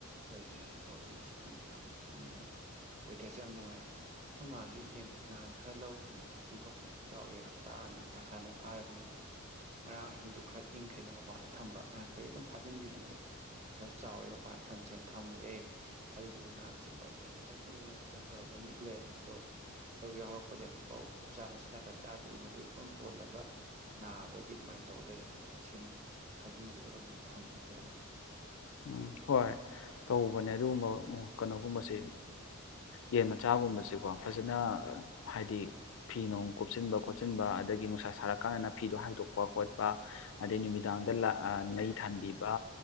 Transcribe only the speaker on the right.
ꯑꯣꯏꯕꯅꯦꯕꯀꯣ ꯑꯗꯨꯣ ꯉꯁꯤꯗꯤ ꯌꯥꯝ ꯏꯪꯅ ꯋꯦꯗꯔꯁꯦ ꯌꯥꯝ ꯅꯨꯡꯉꯥꯏ ꯍꯣꯏ ꯃꯥ ꯑꯩ ꯌꯦꯟ ꯅꯍꯥꯟ ꯈꯔ ꯂꯧꯔꯨꯕꯅꯦꯕ ꯄꯨꯡꯀꯛ ꯄꯨꯡꯀꯛ ꯆꯥꯎꯔꯦ ꯍꯞꯇꯥ ꯑꯅꯤ ꯊꯈꯥꯏꯃꯨꯛ ꯐꯥꯔꯕꯅꯦꯕ ꯉꯔꯥꯡ ꯑꯍꯤꯡꯗꯣ ꯈꯔ ꯏꯪꯈ꯭ꯔꯦꯅꯦ ꯃꯄꯥꯟꯗ ꯊꯝꯕ ꯅꯍꯥꯟ ꯀꯩ ꯑꯗꯨꯝ ꯐꯥꯖꯤꯟꯕꯤꯕꯅꯦꯕ ꯈꯔ ꯆꯥꯎꯔꯦ ꯃꯄꯥꯟ ꯊꯝꯁꯦꯅ ꯊꯝꯃꯨꯔꯦ ꯑꯗꯨꯗꯨꯒ ꯉꯔꯥꯡ ꯆꯨꯝꯕꯩꯗꯤ ꯍꯦꯛꯇ ꯏꯪꯗꯅ ꯈꯣꯠꯇꯅ ꯇꯧꯔꯒ ꯅꯤꯛ ꯂꯩꯔꯝꯃꯦ ꯑꯗꯣ ꯑꯗꯨꯒ ꯌꯥꯎꯔꯛꯄꯗ ꯍꯧꯖꯤꯛꯐꯥꯎ ꯆꯥꯛ ꯃꯆꯤꯟꯖꯥꯛꯀ ꯆꯥꯗꯕꯤꯒꯤ ꯃ ꯃꯝ ꯄꯣꯜꯂꯒ ꯅꯥꯕꯒꯤ ꯑꯗꯨꯃꯥꯏꯅ ꯇꯧꯔ ꯂꯩꯔꯝꯃꯦ ꯑꯗꯨ ꯉ ꯁꯤ ꯑꯃꯨꯛ ꯐꯥꯖꯤꯟꯕꯤꯔꯒ ꯑꯃꯨꯛ ꯊꯝꯃꯤꯅꯦ ꯐꯖꯅ